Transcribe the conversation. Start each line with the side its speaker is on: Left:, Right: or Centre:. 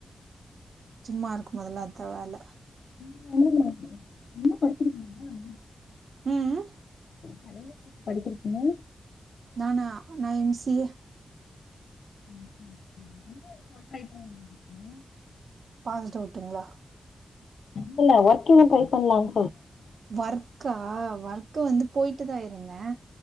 Right: சும்மா இருக்கும் போதெல்லாம் அதான் வேல
Left: <unintelligible> என்ன படிச்சிருக்கீங்க
Right: உம் உம்
Left: <unintelligible> படிச்சிருக்கீங்க
Right: நானா நா எம்சிஏ
Left: <unintelligible>
Right: பாஸ் டவுட்டுங்களா
Left: இப்ப இல்ல ஒர்க் இன்னும் ட்ரை பண்ணலாம்
Right: ஒர்க்கா ஒர்க்கு வந்து போயிட்டுதான் இருந்தேன்